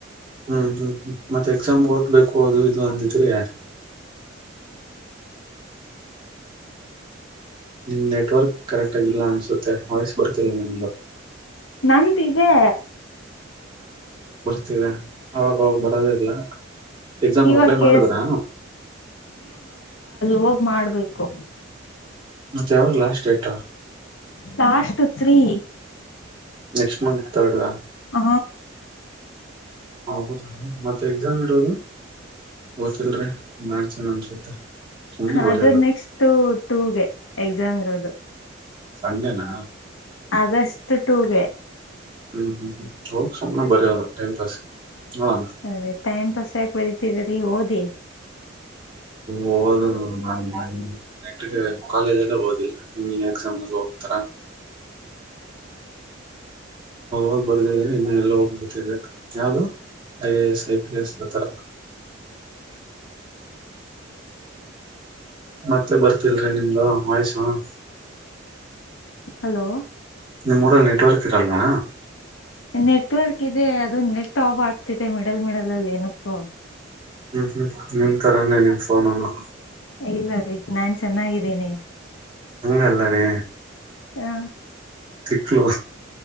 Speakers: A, on the right; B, on the left.
A: ಹೌದು ಮತ್ತೆ ಎಕ್ಸಾಮ್ಗೆ ಓದ್ಬೇಕು ಅದು ಇದು ಅಂದಿದ್ರೆ ಯಾರಿ ನಿಮ್ ನೆಟ್ವರ್ಕ್ ಕರೆಕ್ಟ್ ಆಗಿಲ್ಲ ಅನ್ಸುತ್ತೆ. ವಾಯ್ಸ್ ಬರ್ತಿಲ್ಲ ನಿಮ್ದು.
B: ನಂದಿದೆ
A: ತಾ ಅವಾಗ ಅವ ಬರೋದೇ ಇಲ್ಲ ಎಕ್ಸಾಮ್
B: ಇವಾಗ
A: ಅಪ್ಲೈ
B: ಕೇಳ್ಸ್
A: ಮಾಡದ್ರಾ.
B: ಹೋಗ ಮಾಡ್ಬೇಕು.
A: ಜಾವಾಗ last data.
B: Last three.
A: Next month <unintelligible>
B: ಹ
A: ಹೌದು ಮತ್ತೆ ಎಕ್ಸಾಮ್ ಇರೋದು ಒತ್ತಿಲ್ರಿ ಮಾಡ್ಸನಾ ಅನ್ಸುತ್ತೆ. ಸುಮ್ನೆ ಬರೆಯೋದು
B: ಅದರ್ ನೆಕ್ಸ್ಟ್ ಟೂಗೆ ಎಕ್ಸಾಮ್ ಇರೋದು.
A: ಸಂಡೆನಾ
B: ಆಗಸ್ಟ್ ಟೂಗೆ.
A: ಹ್ಮ್ ಹ್ಮ್ ಹೋಗ ಸುಮ್ನೆ ಬರೆಯೋದು ಟೈಮ್ ಪಾಸ್ ನೋಡೋಣ
B: ಅ ಟೈಮ್ ಪಾಸ್ ಯಾಕೆ ಬರತಿರರೀ ಓದಿ.
A: ಓದೋದು ನನ್ ನನ್ <unintelligible> ಆಕ್ಚವಲ್ಲಿ ಕಾಲೇಜಲ್ಲೇ ಓದಿಲ್ಲ ಇನ್ ಏನ್ ಸಮಲೋತ್ತರ ಒದ್ ಬರ್ದದ್ ಅಂದ್ರೆ ಇನ್ನು ಎಲ್ಲ ಹೋಗ್ಬಡ್ತಿದ್ದೆ ಯಾವ್ದು ಐ-ಎ-ಎಸ್, ಐ- ಪಿ -ಎಸ್ ನ ತರಾ. ಮತ್ತೆ ಬರ್ತಿಲ್ರಿ ನಿಮ್ದು <unintelligible>
B: ಹಲೋ
A: ನಿಮ್ಮೂರಲ್ಲಿ ನೆಟ್ವರ್ಕ್ ಇರಲ್ವಾ
B: ನೆಟ್ವರ್ಕ್ ಇದೆ ಅದು ನೆಟ್ ಆಪ್ ಆಗ್ತಿದೆ ಮಿಡಲ್ ಮಿಡಲ್ ಅಲ್ಲಿ ಏನಕ್ಕೋ.
A: ಹ್ಮ್ ಹ್ಮ್ ನಿಮ್ ತರಾನೇ ನಿಮ್ ಫೋನನು.
B: ಇಲ್ಲಾ ರೀ ನಾನ್ ಚೆನ್ನಾಗಿದ್ದೇನೆ.
A: ಹಂಗಲ್ಲಾರೀ
B: ಆ
A: ತಿಕ್ಲು